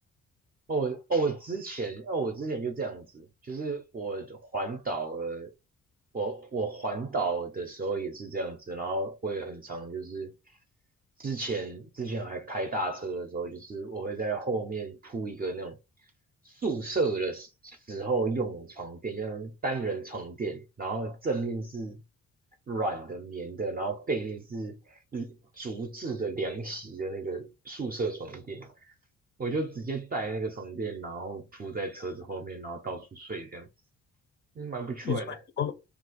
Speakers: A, on the right (about 30°); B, on the left (about 35°).
A: 哦，我哦，我之前哦，我之前就这样子，就是我环岛了，我我环岛的时候也是这样子，然后我也很常就是之前之前还开大车的时候，就是我会在后面铺一个那种宿舍的时时候用的床垫，就是单人床垫，然后正面是软的棉的，然后背面是竹制的凉席的那个宿舍床垫。我就直接带那个床垫，然后铺在车子后面，然后到处睡这样子，嗯，蛮不错的。
B: 你说以后